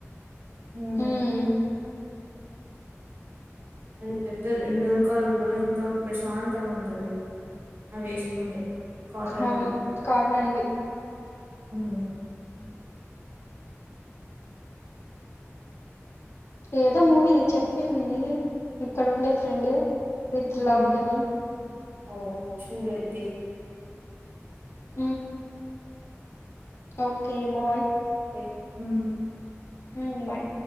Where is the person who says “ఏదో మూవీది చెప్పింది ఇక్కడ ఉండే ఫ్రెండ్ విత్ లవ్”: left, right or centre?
Left